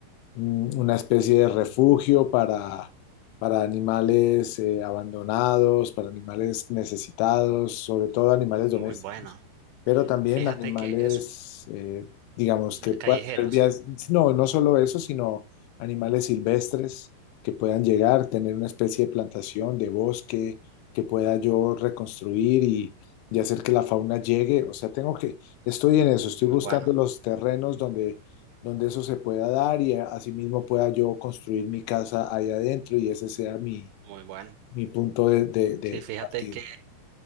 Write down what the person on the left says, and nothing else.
un- una especie de refugio para, para animales eh, abandonados, para animales necesitados, sobre todo animales
domésticos,
pero también
animales,
eh, digamos, que puedan
tener vías, no, no solo eso, sino animales silvestres que puedan llegar, tener una especie de plantación, de bosque, que pueda yo reconstruir y, y hacer que la fauna llegue. O sea, tengo que, estoy en eso, estoy
buscando
los terrenos donde donde eso se pueda dar y a- asimismo pueda yo construir mi casa ahí adentro y ese sea mi,
mi punto de, de, de-
de
partida.